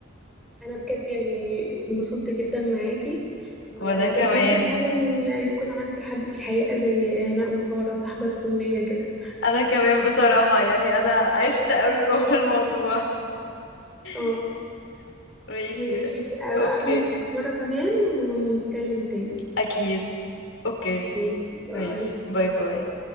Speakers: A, in the centre; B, on the left.
A: انا بجد يعني انبسطت جدا معاكي وبتمنى
B: وانا كمان
A: فعلا ان يكون عندي حد في الحقيقه زي هناء وساره صاحبه تكون ليا كده
B: انا كمان بصراحة يعني انا عشت قوي جوه الموضوع
A: اه
B: <laughs> ماشي
A: ماشي
B: اوكي
A: ابقى اقابلك مرة كمان ونتكلم تاني
B: اكيد اوكي
A: ماشي باي
B: ماشي باي باي